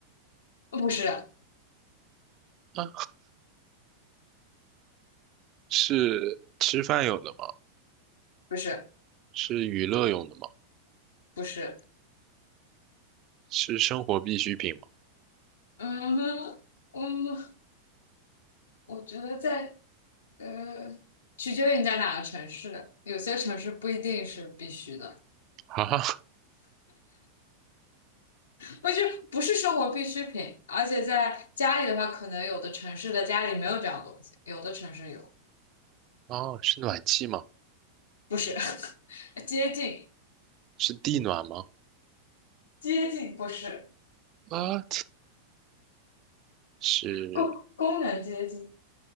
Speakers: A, on the left; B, on the right.
A: 不是
B: 啊，是吃饭用的吗？
A: 不是
B: 是娱乐用的吗？
A: 不是，
B: 是生活必需品吗？
A: 嗯嗯，我觉得在呃，取决于你在哪个城市，有些城市不一定是必须的，
B: 啊，
A: 不是不是生活必需品，而且在家里的话，可能有的城市的家里没有这样东西，有的城市有，
B: 哦，是暖气吗？
A: 不是。接近，
B: 是地暖吗？
A: 接近不是
B: 啊，是
A: 功功能接近